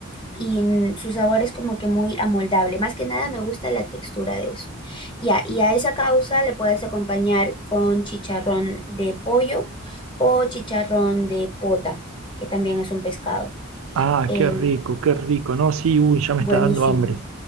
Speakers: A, on the left (about 25°); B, on the right (about 80°).
A: y en- su sabor es como que muy amoldable. Más que nada me gusta la textura de eso. Ya, y a esa causa le puedes acompañar con chicharrón de pollo o chicharrón de pota, que también es un pescado.
B: ah,
A: Em,
B: qué rico, qué rico. No, sí, uy, ya me
A: buenísimo.
B: está dando hambre.